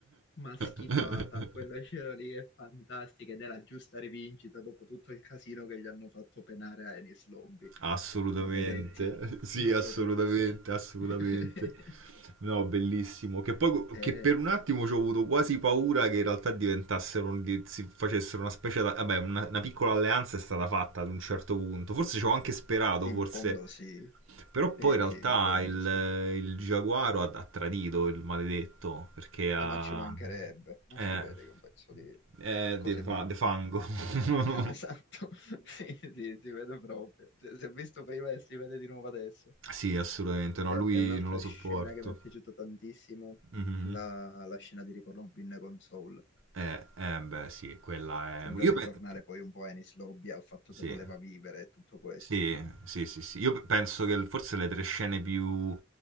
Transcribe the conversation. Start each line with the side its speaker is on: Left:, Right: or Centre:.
Left: ma schifata.
Right: <laughs>
Left: Quella scena lì è fantastica ed è la giusta rivincita dopo tutto il casino che gli hanno fatto penare a Enies Lobby.
Right: Assolutamente,
Left: Maledetti,
Right: sì,
Left: maledetti.
Right: assolutamente, assolutamente.
Left: <laughs>
Right: No, bellissimo. Che poi
Left: E
Right: che per un attimo ci ho avuto quasi paura che in realtà diventassero, un- di- si facessero una specie, da- vabbè, una, una piccola alleanza è stata fatta ad un certo punto. Forse ci ho anche sperato,
Left: in
Right: forse.
Left: fondo sì,
Right: Però poi
Left: sì,
Right: in realtà
Left: sì, in fondo
Right: il,
Left: sì.
Right: il Giaguaro ha, ha tradito il maledetto, perché ha...
Left: Eh, ma ci mancherebbe, ma
Right: eh.
Left: si vede che è un pezzo di
Right: Eh,
Left: cose
Right: de, fa-
Left: brutte.
Right: de fango. <laughs>
Left: <laughs> Esatto, sì, sì, si vede proprio. Se- Si è visto prima e si vede di nuovo adesso.
Right: sì, assolutamente no,
Left: Eh,
Right: lui
Left: è un'altra
Right: non lo sopporto.
Left: scena che mi è piaciuta tantissimo,
Right: Mhm.
Left: la, la scena di Rick Rubin con Soul.
Right: Eh, eh, beh, sì, quella
Left: Sempre
Right: è... Io
Left: a ritornare
Right: penso...
Left: poi un po' a Ennis Lobby, al fatto
Right: Sì.
Left: che voleva vivere e tutto questo.
Right: Sì, sì, sì, sì. Io penso che forse le tre scene più...